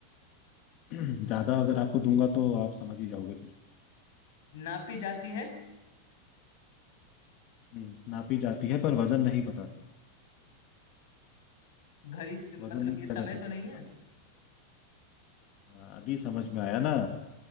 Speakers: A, on the left; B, on the left.
A: <clears throat> ज्यादा अगर आपको दूंगा तो आप समझ ही जाओगे फिर
B: नापी जाती है
A: हम्म नापी जाती है पर वजन नहीं बताती
B: घड़ी त-
A: वजन
B: मतलब
A: नहीं
B: ये
A: किया
B: समय
A: जा
B: तो
A: सकता
B: नहीं
A: इसका
B: है
A: हाँ, अभी समझ में आया ना